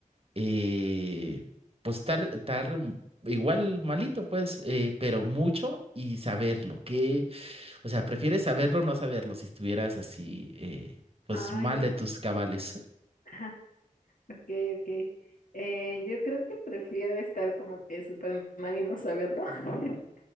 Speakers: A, on the right; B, on the left.
A: eh, pues estar, estar igual malito, pues, eh, pero mucho y saberlo, que, o sea, prefieres saberlo o no saberlo si estuvieras así, eh, pues
B: Ay,
A: mal de tus cabales.
B: <laughs> Ajá, ok, ok. Eh, yo creo que prefiero estar como que Superman y no saberlo, <laughs>